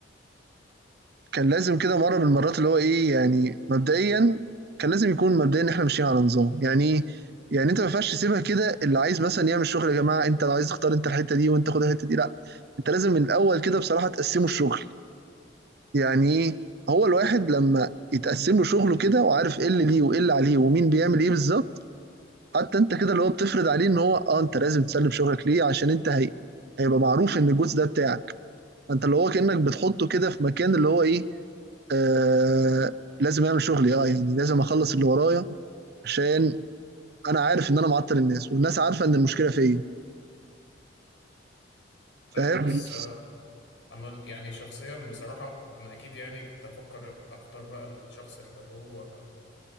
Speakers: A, on the right (about 55°); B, on the left (about 75°).
A: كان لازم كده مرة من المرات اللي هو إيه يعني مبدئيا كان لازم يكون مبدئيا إحنا ماشيين على نظام يعني إيه؟ يعني أنت ما ينفعش تسيبها كده اللي عايز مثلا يعمل شغل يا جماعة أنت عايز تختار أنت الحتة دي وأنت خد الحتة دي لا أنت لازم من الأول كده بصراحة تقسمه الشغل يعني إيه هو الواحد لما يتقسم له شغله كده وعارف ايه اللي ليه وايه اللي عليه ومين بيعمل ايه بالظبط حتى انت كده اللي هو بتفرض عليه ان هو اه انت لازم تسلم شغلك ليه عشان انت هي هيبقى معروف ان الجزء ده بتاعك انت اللي هو كانك بتحطه كده في مكان اللي هو ايه آه لازم اعمل شغلي اه يعني لازم اخلص اللي ورايا عشان انا عارف ان انا معطل الناس والناس عارفه ان المشكله فيا فاهم
B: ايوه بس انا يعني شخصيا بصراحه انا اكيد يعني كنت افكر اختار بقى الشخص اللي هو